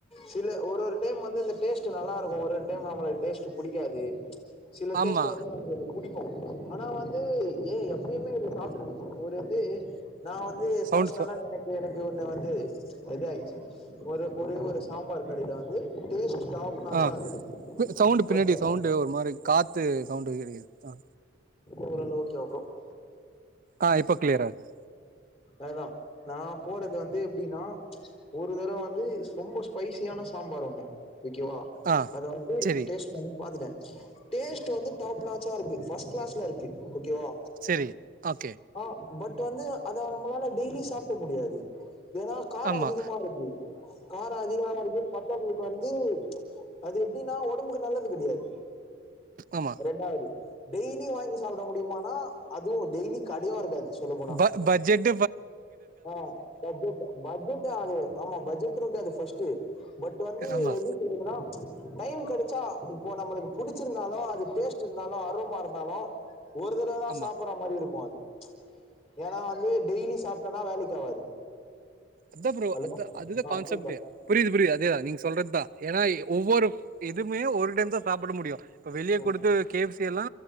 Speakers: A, on the left; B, on the right.
A: சில ஒரு ஒரு டைம் வந்து இந்த டேஸ்ட் டு நல்லாருக்கு ஒரு ஒரு டைம் நம்மளுக்கு டேஸ்ட்டு புடிக்காது சில டேஸ்ட்
B: ஆமா
A: வந்து நம்மளுக்கு புடிக்கு ஆனா வந்து ஏ எப்பயுமே இதுல சாப்டு ஒரு வந்து நா வந்து
B: சவுண்ட்
A: போஸ் நல்லா
B: ச
A: எனக்கு எனக் கு ஒண்ணு வந்து இது ஆயிச்சு ஒரு ஒரே ஒரு சாம்பார் கடில வந்து டேஸ்ட் டாப் நாச்சா
B: ஆ
A: இருந்தது
B: சவுண்டு பின்னாடி
A: பட்
B: சவுண்டு ஒரு மாரி கா த்து சவுண்டு கெடைக்குது அ
A: ஒருளவுக்கு <unintelligible>
B: ஆ இப்போ க்ளியரா இருக்கு
A: அதா நா போறது வந்து எப்டின்னா ம்ச் ஒரு தடவ வந்து ரொம்ப ஸ்பைசியான சாம்பார் ஒண்ணு விக்குவா
B: ஆ
A: அத வந்து
B: செரி
A: டேஸ்ட் பண்ணி பாத்துட்ட டேஸ்ட் வந்து டாப் நாட்ச்சா இருக்கு ஃபர்ஸ்ட்டு கிளாஸ்ல இருக்கு ஓக்கேவா
B: செரி ஓகே
A: ஆ பட் வந்து அதோட நம்மளால டெய்லி சாப்ட முடியாது ஏன்னா காரோ
B: ஆமா
A: அதிகமா இருக்கு காரோ அதிகமா இருக்கு <unintelligible> வந் ஏய் அது எப்டின்னா ஒடம்புக்கு நல்லது கெடையாது
B: ஆமா
A: ரெண்டாவது டெய்லி வாங்கி சாப்ட முடியுமான அதுவு டெய்லி கடயு இருக்காது சொல்ல போனா
B: ம் பட்ஜெட்
A: ஆ பட்ஜெட் பட்ஜெட் ஆது ஆமா பட்ஜெட் இருக்காது ஃபஸ்ட்டு பட் வந்து
B: ஆமா
A: எப்டி சொல்றதுன்னா ம்ச் டைம் கெடச்சா இப்போ நம்மளுக்கு புடிச்சிருந்தாலு அது டேஸ்ட் இருந்தாலு அரோமா இருந்தாலு ஒரு தடவதா
B: ஆமா
A: சாப்பற மாரி இருக்கு அது ம்ச் ஏனா வந்து டெய்லி சாப்ட்டோனா வேலைக்கு ஆவாது
B: அதா ஃப்ரோ
A: ஹலோ
B: அதா அதுதா
A: ஆ
B: கான்செப்டே
A: கேக்குதா
B: புரியுது புரியுது அதேதா நீங்க சொல்றதுதா ஏனா ஒவ்வொரு இதுமே ஒரு டைம்தா சாப் சாப்ட முடியு இப்ப வெளிய
A: ஆ
B: குடுத்து கேப்ஸ் சி எல்லா